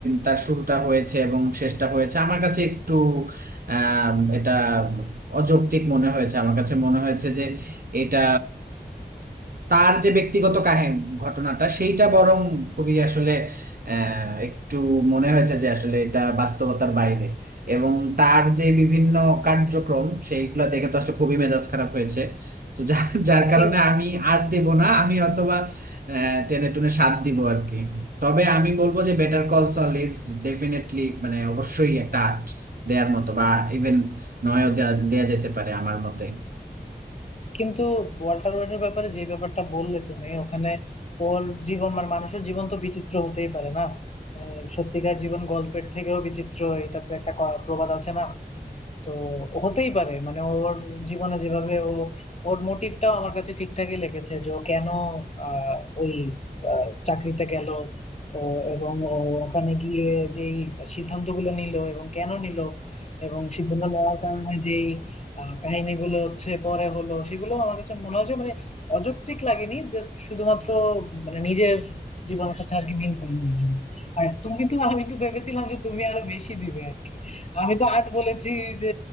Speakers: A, on the right (about 60°); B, on the left (about 40°).
A: তার শুরুটা হয়েছে এবং শেষটা হয়েছে আমার কাছে একটু আহ, এটা অযৌক্তিক মনে হয়েছে আমার কাছে মনে হয়েছে যে এটা তার যে ব্যক্তিগত কাহিনী ঘটনাটা সেইটা বরং খুবই আসলে আহ, একটু মনে হয়েছে যে আসলে এটা বাস্তবতার বাইরে এবং তার যে বিভিন্ন কার্যক্রম সেইগুলো দেখে তো আসলে খুবই মেজাজ খারাপ হয়েছে তো যার যার কারণে
B: হয়েছে
A: আমি আর দেব না আমি অথবা টেনে টুনে সাথ দিব আর কি তবে আমি বলবো যে better call Saul is definitely মানে অবশ্যই একটা আর্ট দেওয়ার মতো বা ইভেন নয়ও দেয়া দেয়া যেতে পারে আমার মতে
B: কিন্তু ওয়াল্টার হোয়াইটের ব্যাপারে যে ব্যাপারটা বললে তুমি ওখানে ওর জীবন মানে মানুষের জীবন তো বিচিত্র হতেই পারে না মানে সত্যিকার জীবন গল্পের থেকেও বিচিত্র এটা তো একটা ক- প্রবাদ আছে না তো হতেই পারে মানে ওর জীবনে যেভাবে ও ওর মোটিভটাও আমার কাছে ঠিকঠাকই লেগেছে যে ও কেন আহ, ওই আহ, চাকরিতে গেল ও এবং ও ওখানে গিয়ে যেই সিদ্ধান্তগুলো নিল এবং কেন নিল এবং সিদ্ধান্ত নেওয়ার কারণে যেই আহ, কাহিনীগুলো হচ্ছে পরে হলো সেগুলো আমার কাছে মনে হয়েছে মানে অযৌক্তিক লাগেনি যে শুধুমাত্র মানে নিজের জীবনের সাথে আর কি মিল পাইনি এর জন্য আর তুমি তো আমি তো ভেবেছিলাম যে তুমি আরো বেশি দিবে আর কি আমি তো আট বলেছি যে